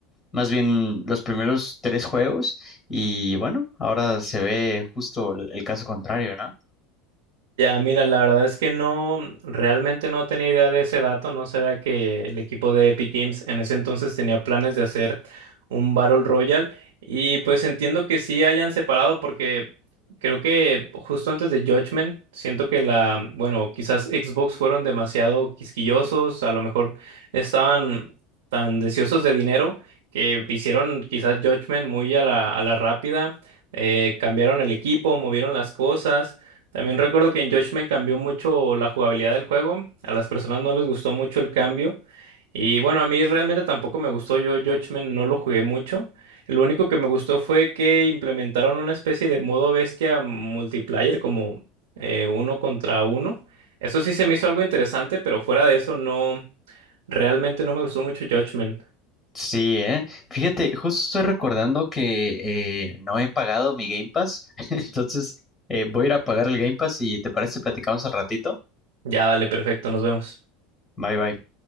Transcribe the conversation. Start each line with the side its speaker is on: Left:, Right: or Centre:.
Left: más bien los primeros tres juegos, y bueno, ahora se ve justo el, el caso contrario, ¿no?
Right: Ya, mira, la verdad es que no, realmente no tenía idea de ese dato, no sabía que el equipo de Epic Games en ese entonces tenía planes de hacer un Battle Royale y pues entiendo que sí hayan separado porque creo que justo antes de Judgment, siento que la, bueno, quizás Xbox fueron demasiado quisquillosos, a lo mejor estaban tan deseosos de dinero que hicieron quizás Judgment muy a la, a la rápida, eh, cambiaron el equipo, movieron las cosas. También recuerdo que en Judgment cambió mucho la jugabilidad del juego. A las personas no les gustó mucho el cambio. Y bueno, a mí realmente tampoco me gustó. Yo Judgment no lo jugué mucho. Lo único que me gustó fue que implementaron una especie de modo bestia multiplayer, como eh, uno contra uno. Eso sí se me hizo algo interesante, pero fuera de eso no, realmente no me gustó mucho Judgment.
Left: Sí, eh. Fíjate, justo estoy recordando que eh, no he pagado mi Game Pass, <laughs> entonces eh, voy a ir a pagar el Game Pass y ¿te parece si platicamos al ratito?
Right: Ya, dale, perfecto, nos vemos.
Left: Bye bye.